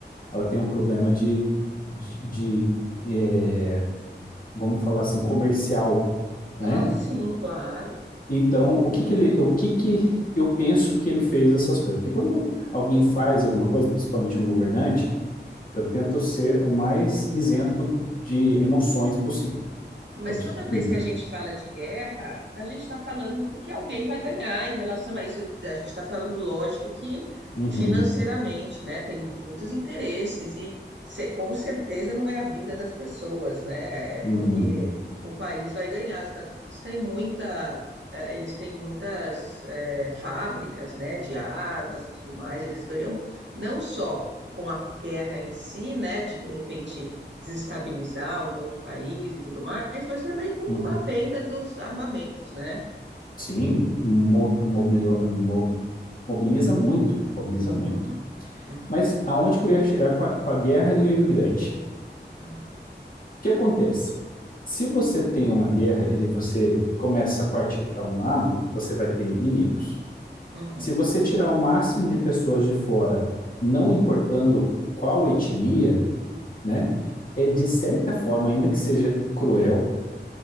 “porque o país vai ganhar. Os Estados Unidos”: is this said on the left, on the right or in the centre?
Right